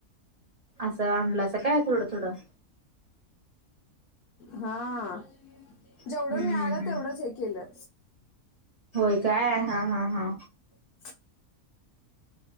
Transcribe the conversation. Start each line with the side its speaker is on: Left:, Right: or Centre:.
Right: असं आणलासा काय थोडं थोडं
Left: हा जेवढं
Right: हम्म
Left: मिळालं
Right: हम्म हम्म
Left: तेवढंच हे केलं
Right: होय काय हा हा हा
Left: <unintelligible>